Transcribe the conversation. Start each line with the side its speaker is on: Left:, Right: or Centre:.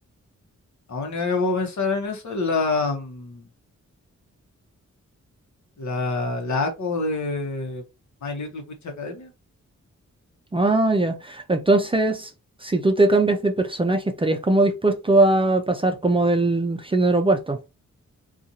Left: La única que puedo pensar en eso es la, mm, la, la ACO de My Little Witch Academia.
Right: Ah, ya. Entonces, si tú te cambias de personaje, ¿estarías como dispuesto a pasar como del género opuesto?